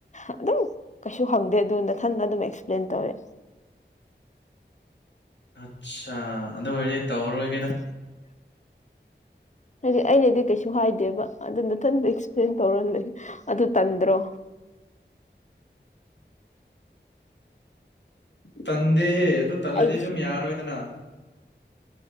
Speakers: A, on the left; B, on the left.
A: ꯑꯗꯨꯝ ꯀꯩꯁꯨ ꯍꯪꯗꯦ ꯑꯗꯨ ꯅꯊꯟꯅ ꯑꯗꯨꯝ ꯑꯦꯛꯁꯄ꯭ꯂꯦꯟ ꯇꯧꯋꯦ
B: ꯑꯠꯆꯥ ꯑꯗꯨ ꯑꯣꯏꯔꯗꯤ ꯇꯧꯔꯔꯣꯏꯒꯦꯗ
A: <unintelligible> ꯍꯥꯏꯗꯤ ꯑꯩꯅꯗꯤ ꯀꯩꯁꯨ ꯍꯥꯏꯗꯦꯕ ꯑꯗꯨ ꯅꯊꯟꯗ ꯑꯦꯛꯁꯄ꯭ꯂꯦꯟ ꯇꯧꯔ ꯂꯩ ꯑꯗꯨ ꯇꯟꯗ꯭ꯔꯣ
B: ꯇꯟꯗꯦꯍꯦ ꯑꯗꯨ ꯇꯜꯂꯗꯤ
A: ꯑꯩꯁꯦ
B: ꯑꯗꯨꯝ ꯌꯥꯔꯣꯏꯗꯅ